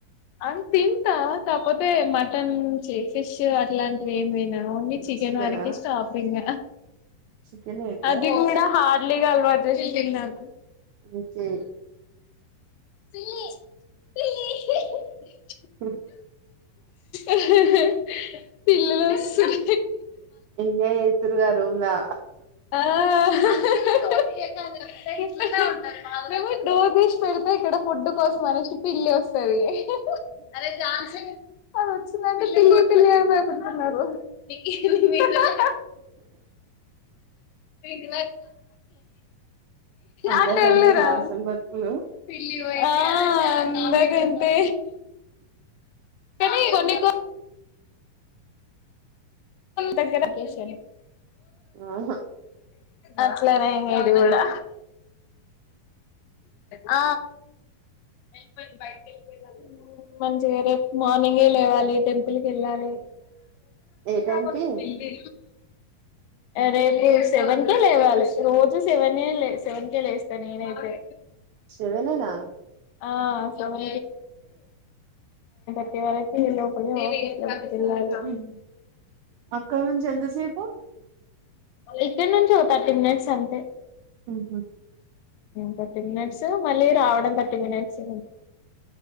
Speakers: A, on the left; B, on the right.
A: అన్ తింటా కాకపోతే మటన్ ఛీ ఫిష్ అట్లాంటివి ఏమిన్ తినన్ ఓన్లీ చెకేన్
B: చికెనా
A: వరక్ హే స్టాప్ ఇంగ
B: చికెన్ ఎగ్
A: అ <unintelligible>
B: ఆ
A: హార్లీ గ అల్ వజేషినర్
B: ముకే
A: పిల్లి పిల్లి ఇహ్ ఇహ్
B: ఊ
A: ఏ హే పిల్లలోస్తూ ర్
B: ఎంజాయ్ చేస్తుర్ గ రూమ్లా
A: ఆ ఆహా హ్హ <unintelligible> మేమ్ డోర్ తీస్ పెడ్తే ఇక్కడ ఫుడ్ కోసం అనేష్ పిల్లి వస్తది ఓహ్ అరే సన్ సేప్ ఆ వచ్చిందంటే పిల్లి పిల్లి భయపడుతున్నార్ నీక్ ఎమ్ అహహహ ఇ <unintelligible>
B: అందరిది
A: అట్ ఎల్లురా
B: అంతేనా హాస్టల్ బతుకులు
A: పిల్లి బయ్ ఆ ఆ ఎందా కంటే కనీ కొకో దగ్గర ోరుష
B: ఆహా
A: అట్లనే ఎంగది కూడా ఆ వెళ్ిపోయింది బయ వెళ్ళిపోయి మంచిగా రేపు మార్నింగే లేవాలి టెంపుల్కి వెళ్ళాలి
B: ఏ టైంకి
A: బపోయింది రేపు సెవెన్ కేే లేవాలి రోజు సెవెన్ ఏ సెవెన్ కే లేస్తా నేనైతే
B: సవెననా
A: ఆ సి అవు పవకి పో మ ఎల్లాలి
B: ఉమ్. అక్కడ నుంచి ఎంతసేపు
A: ఇక్కడ నుంచి ఒక థర్టీ మినిట్స్ అంతే
B: హమ్
A: థర్టీ మినిట్స్ మళ్ళీ రావడం థర్టీ మినిట్స్